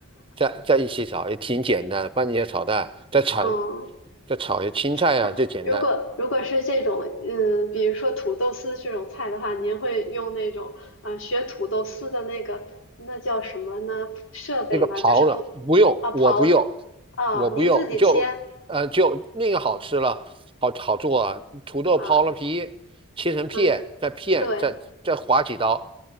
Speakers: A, on the right; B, on the left.
A: 在在一起炒也挺简单的，番茄炒蛋，再炒
B: 哦。嗯
A: 再炒些青菜啊，
B: <laughs> 那如果如果是这种，
A: 最简单。
B: 嗯，比如说土豆丝这种菜的话，您会用那种，嗯、学土豆丝的那个，那叫什么呢？设备吗？
A: 那个刨的，
B: 就是不，
A: 不用，
B: 啊，刨子
A: 我不用，
B: 啊，
A: 我不用，
B: 您自己切
A: 就呃就那个好吃了，好好做啊。土豆刨了皮，
B: 啊，
A: 切成片，
B: 嗯，
A: 再片，
B: 对，
A: 再再划几刀，